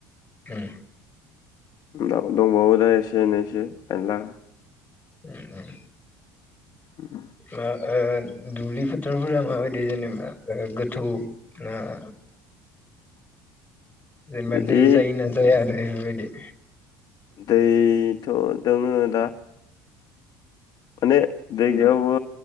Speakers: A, on the left (about 15°); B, on the left (about 40°).
A: उम
B: दा दंबावो दा एसे एनैसो गायला
A: उम उम
B: <unintelligible>
A: ओ ओ दुब्लि फोथारफोरा माबायदि जेनेबा ओ गोथौ ना <inaudible> जेनेबा
B: बिदि
A: दै जायोना जाया आरो बेफोरबायदि
B: दैथ' दङो दा माने दै गैयाबो